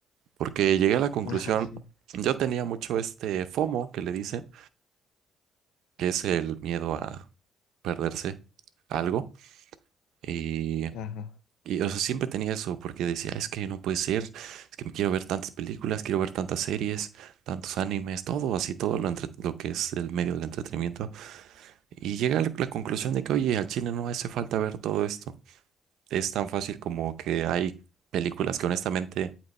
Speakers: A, on the right (about 75°); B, on the left (about 80°).
A: porque llegué a la conclusión,
B: <laughs> ajá, sí,
A: yo tenía mucho este FOMO que le dicen, que es el miedo a perderse algo. Y
B: ajá.
A: Y, o sea, siempre tenía eso, porque decía, es que no puede ser, es que quiero ver tantas películas, quiero ver tantas series, tantos animes, todo así, todo lo, entre- lo que es el medio del entretenimiento. Y llega a la, la conclusión de que, oye, al chile no hace falta ver todo esto. Es tan fácil como que hay películas que honestamente